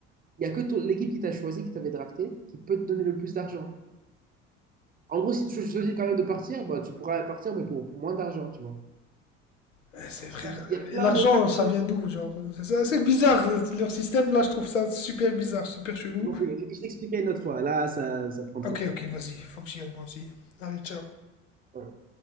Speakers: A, on the right; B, on the left.
A: Il n'y a que ton- l'équipe qui t'a choisi, qui t'avait drafté, qui peut te donner le plus d'argent. En gros, si tu choisis quand même de partir, bah, tu pourras partir, mais pour moins d'argent, tu vois.
B: Eh, C'est
A: C'est-
B: frère.
A: Il y
B: euh,
A: a plein
B: Et l'argent,
A: d'autres... idées.
B: ça vient d'où Genre, euh, c'est c'est assez bizarre euh, leur système. Là, je trouve ça super bizarre, super chelou.
A: Bon, Je je t'expliquerai une autre fois. Là, ça, ça prend
B: Ok,
A: trop de temps.
B: ok, vas-y, faut que j'y aille moi aussi. Allez, ciao.
A: Ouais.